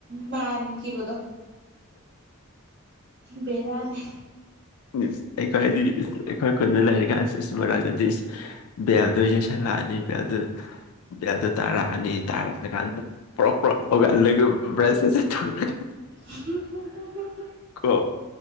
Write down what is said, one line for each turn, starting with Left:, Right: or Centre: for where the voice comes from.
Right: ꯃꯥꯟꯈꯤꯕꯗꯣ ꯕꯦꯔꯥꯅꯦ
Left: <unintelligible> ꯑꯩꯈꯣꯏꯗꯤ ꯑꯩꯈꯣꯏ ꯈꯨꯟꯗ ꯂꯩꯔꯤꯀꯥꯟꯁꯤꯁꯨ ꯃꯔꯛꯇꯗꯤ ꯕꯦꯜꯗꯣ ꯌꯩꯁꯜꯂꯛꯑꯅꯤ ꯕꯦꯜꯗꯨ ꯕꯦꯜꯗꯨ ꯇꯥꯔꯛꯑꯅꯤ ꯇꯥꯔꯛꯑꯀꯥꯟꯗ ꯄ꯭ꯔꯣꯞ ꯄ꯭ꯔꯣꯞ ꯍꯧꯒꯠꯂꯒ ꯕ꯭ꯔꯁ ꯁꯠ ꯁꯠ ꯇꯧꯔꯒ
Right: <unintelligible>
Left: ꯀꯣ